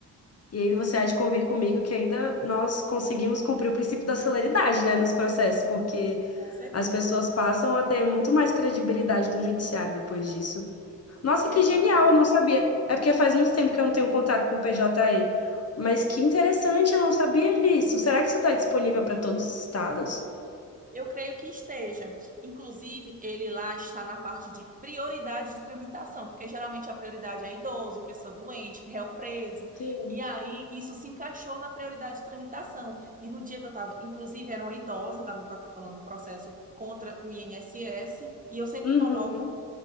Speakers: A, on the left (about 35°); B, on the right (about 20°).
A: E aí você há de convir comigo que ainda nós conseguimos cumprir o princípio da celeridade, né, nos processos, porque
B: Com certeza,
A: as pessoas passam a ter muito mais credibilidade do judiciário depois disso. Nossa,
B: exatamente.
A: que genial, eu não sabia. É porque faz muito tempo que eu não tenho contato com o PJE. Mas que interessante, eu não sabia disso. Será que isso está disponível para todos os estados?
B: Eu creio que esteja. Inclusive, ele lá está na parte de prioridade de tramitação, porque geralmente a prioridade é idoso, pessoa doente, réu preso.
A: Sim.
B: E aí, isso se encaixou na prioridade de tramitação. E no dia que eu estava, inclusive, era uma idosa, eu estava protocolando um processo contra o INSS, e eu sempre
A: Uhum.
B: coloco